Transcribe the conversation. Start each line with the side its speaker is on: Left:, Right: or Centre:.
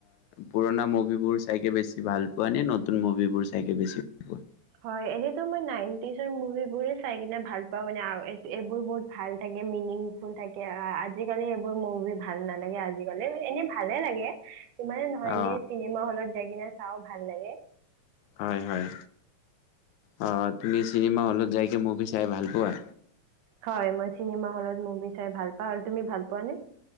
Left: পুৰণা মুভিবোৰ চাইকে বেছি ভাল পোৱা নে, নতুন মুভিবোৰ চাইকে বেছি ভাল পোৱা?
Right: হয়, এনেতো মই নাইনটিজৰ মুভিবোৰে চাই কিনে ভাল পাওঁ, মানে এই এইবোৰ বহুত ভাল থাকে, মিনিংফুল থাকে, আজিকালি এইবোৰ মুভি ভাল নালাগে আজি কালি মানে, এনেই ভালে লাগে। যিমানে নহয়
Left: অ
Right: এনেই চিনেমা হলত যায়। কিনে চাও ভাল লাগে।
Left: হয়, হয়, অ, তুমি চিনেমা হলত যাইকে মুভি চাই ভাল পোৱা।
Right: হয়, মই চিনেমা হলত মুভি চাই ভাল পাওঁ আৰু তুমি ভাল পোৱাানে?